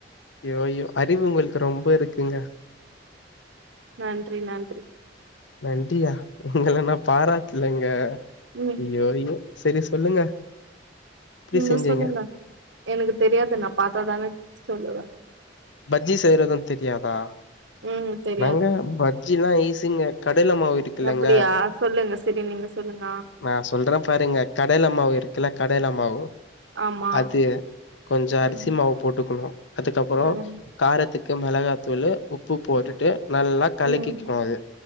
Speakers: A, on the left (about 80°); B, on the right (about 80°).
A: யோ யோ அறிவு உங்களுக்கு ரொம்ப இருக்குங்க
B: நன்றி நன்றி
A: நன்றியா உங்கள நா பாராட்லங்க
B: ம்
A: யோ யோ சேரிஸ் சொல்லுங்க எப்டி
B: நீங்க
A: செஞ்சீங்க
B: சொல்லுங்க எனக்கு தெரியாது நா பாத்தாதான சொல்லுகா
A: பஜ்ஜி செய்யறதுன் தெரியாதா
B: ம் தெரியாது
A: நாங்க பஜ்ஜில்லா ஈஸ் துங்க கட் கடல மாவு இருக்குல்லங்க
B: அப்டியா சொல்லுங்க செரி நீங்க சொல்லுங்க
A: நா சொல்ற பாருங்க கடல மாவு இருக்குல்ல கடல மாவு
B: ஆமா
A: அது கொஞ்சோ அரிசி
B: ம்
A: மாவு போட்டுக்கணு அதுக்கப்புறோ
B: ம்
A: காரத்துக்கு மெளகாத்தூளு உப் உப்பு போட்டுட்டு நல்லா கலக்கிக்கணு
B: ம்
A: அது